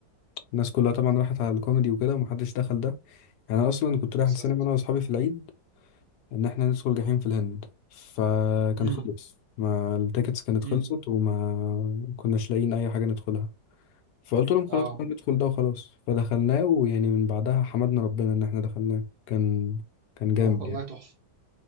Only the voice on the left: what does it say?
الناس كلها طبعا راحت على الكوميدي وكده ومحدش دخل ده يعني أنا أصلا كنت
رايح السينما أنا وأصحابي في العيد إن إحنا ندخل جحيم في الهند فكان
خلص ما التيكتس كانت
خلصت وما كناش لاقيين أي حاجة ندخلها فقلت لهم
خلاص بقى ندخل ده وخلاص فدخلناه ويعني من بعدها حمدنا ربنا ان احنا دخلناه كان كان جامد
يعني